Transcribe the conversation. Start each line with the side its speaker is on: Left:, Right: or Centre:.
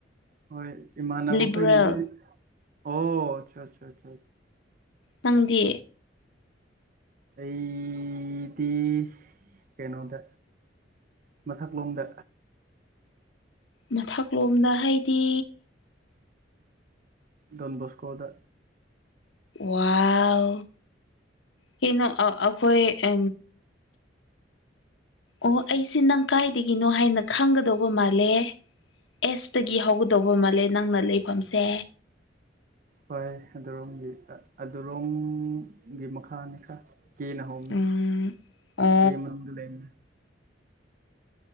Right: ꯍꯣꯏ ꯏꯃꯥꯟꯅꯕ
Left: ꯂꯤꯕꯔꯦꯜ
Right: ꯐꯩꯅꯗꯤ ꯑꯣ ꯑ ꯑ
Left: ꯅꯪꯗꯤ
Right: ꯑꯩꯗꯤ ꯀꯩꯅꯣꯗ ꯃꯊꯛꯂꯣꯝꯗ
Left: ꯃꯊꯛꯂꯣꯝꯗ ꯍꯥꯏꯗꯤ
Right: ꯗꯣꯟꯕꯣꯁꯀꯣꯗ
Left: ꯋꯥꯎ ꯀꯩꯅꯣ ꯑ ꯑꯩꯈꯣꯏ ꯎ ꯑꯣ ꯑꯩꯁꯦ ꯅꯪ ꯀꯥꯏꯗꯒꯤꯅꯣ ꯍꯥꯏꯅ ꯈꯪꯒꯗꯧꯕ ꯃꯥꯜꯂꯦ ꯑꯦꯁꯇꯒꯤ ꯍꯧꯒꯗꯧꯕ ꯃꯥꯜꯂꯦ ꯅꯪꯅ ꯂꯩꯐꯝꯁꯦ
Right: ꯍꯣꯏ ꯑꯗꯨꯔꯣꯝꯒꯤ ꯑꯗꯨꯔꯣꯝꯒꯤ ꯃꯈꯥꯅꯤ ꯈꯔ ꯀ ꯅꯍꯅꯦ
Left: ꯎꯝ ꯑꯣ
Right: ꯀ ꯃꯔꯗ ꯂꯩ